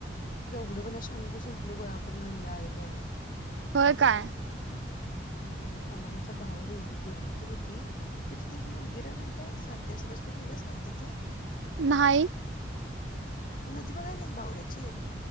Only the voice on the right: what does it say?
होय काय?
नाही.